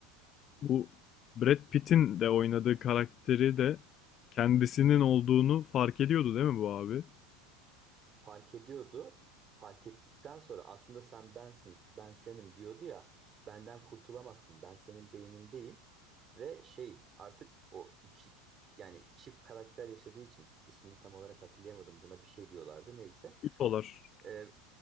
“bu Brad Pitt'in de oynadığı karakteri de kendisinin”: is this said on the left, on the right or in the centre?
Left